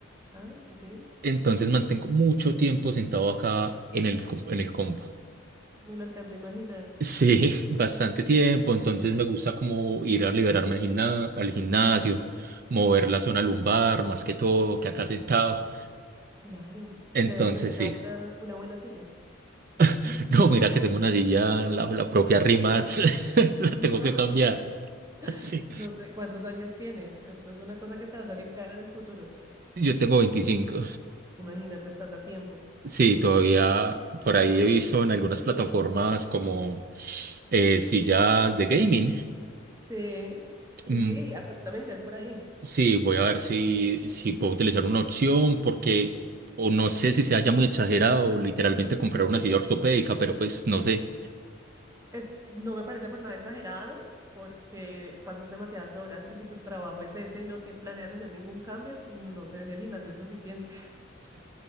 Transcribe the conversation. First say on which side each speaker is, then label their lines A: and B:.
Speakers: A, on the right; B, on the right.
A: ah, ok.
B: entonces mantengo mucho tiempo sentado acá en el, com- en el compu.
A: Me lo alcanzo a imaginar.
B: Sí, <laughs> bastante tiempo, entonces me gusta como ir a liberarme al gimna- al gimnasio, mover la zona lumbar, más que todo, que acá sentado.
A: Claro,
B: Entonces,
A: debes tener
B: sí.
A: una buena, una buena silla.
B: <laughs> No, mira que tengo una silla, la, la propia Rimax, <laughs> la
A: No,
B: tengo que cambiar. <laughs> Sí,
A: <laughs> no sé cuántos años tienes. Esto es una cosa que te va a salir cara en el futuro.
B: yo tengo veinticinco
A: Imagínate, estás a tiempo.
B: Sí, todavía por ahí he visto en algunas plataformas como eh, sillas de gaming.
A: Sí, sí,
B: Mm,
A: sí, absolutamente, es por ahí.
B: sí, voy a ver si, si puedo utilizar una opción porque o no sé si sea ya muy exagerado literalmente comprar una silla ortopédica, pero pues no sé.
A: Es, no me parece por nada exagerado porque pasas demasiadas horas y si tu trabajo es ese y no te planeas hacer ningún cambio, no sé si el gimnasio es suficiente. <laughs>